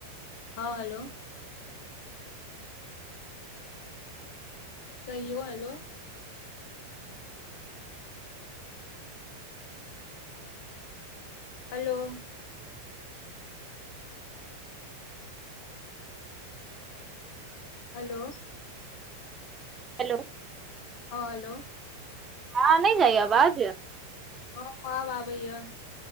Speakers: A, on the left; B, on the right.
A: हँ हैलो कहियौ हैलो। हैलो हैलो
B: हैलो
A: हँ हैलो
B: हँ नहि जाइये आवाज
A: हँ आब आबै य